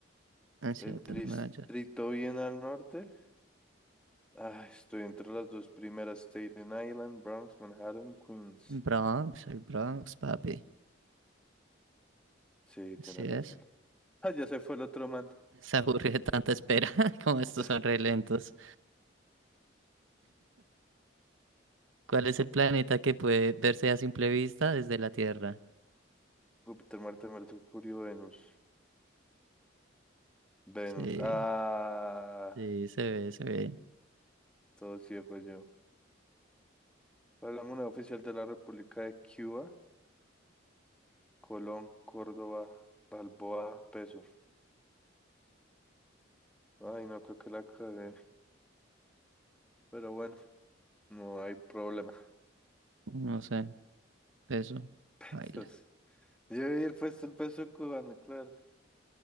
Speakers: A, on the right; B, in the centre.
A: Ansiedad
B: El distrito
A: en Maya.
B: bien al norte. Ah, estoy entre las dos primeras, Staten Island, Bronx, Manhattan, Queens.
A: Bronx, el Bronx, papi.
B: Sí, tienes
A: Así es.
B: razón. <laughs> Ah, ya se fue el otro man.
A: Se aburrió de tanta espera, <laughs> como estos
B: <laughs>
A: son re lentos. ¿Cuál es
B: Ju-
A: el planeta que puede verse a simple vista desde la Tierra?
B: Júpiter, Marte, Mercurio, Venus. Venus.
A: Sí,
B: Ah,
A: sí, se ve, se ve.
B: todo ciego yo. ¿Cuál es la moneda oficial de la República de Cuba? Colón, Córdoba, Balboa, peso. Ay, no creo que la cagué. Pero bueno, no hay problema.
A: No sé, eso.
B: <laughs> Entonces,
A: Baila.
B: Yo he puesto el peso cubano, claro.